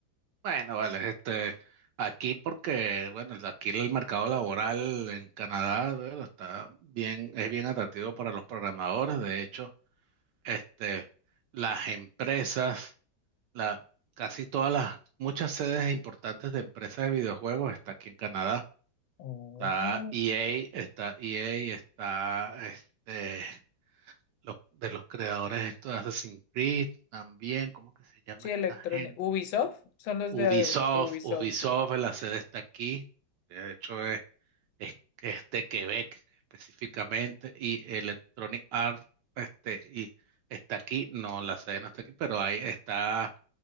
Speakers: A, on the right; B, on the left.
A: Bueno, vale, este, aquí porque, bueno, el- aquí el mercado laboral en Canadá, bueno, está bien, es bien atractivo para los programadores. De hecho, este, las empresas, la, casi todas las, muchas sedes importantes de empresas de videojuegos está aquí en Canadá.
B: Oh.
A: Está EA, está EA, está este. los, de los creadores estos de Assassin's Creed, también, ¿cómo que se llama
B: Sí,
A: esta
B: electrónico.
A: gente?
B: Ubisoft, son los
A: Ubisoft,
B: de Ubisoft,
A: Ubisoft,
B: sí.
A: la sede está aquí, de hecho es, es, es de Quebec específicamente, y Electronic Arts este, y está aquí, no, la sede no está aquí, pero ahí está